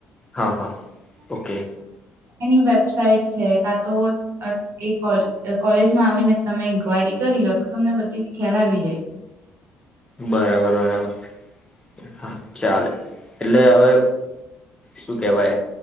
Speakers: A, on the left (about 20°); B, on the right (about 55°).
A: હા હા ઓકે
B: એની વેબસાાઈટ છે કા તો એ કોલેજમાં આવીને તમે ઈન્ક્વાયરી કરી લો તો તમને બધી જ ખ્યાલ આવી જાય.
A: બરાબર બરાબર હા ચાલે એટલે હવે શું કેવાય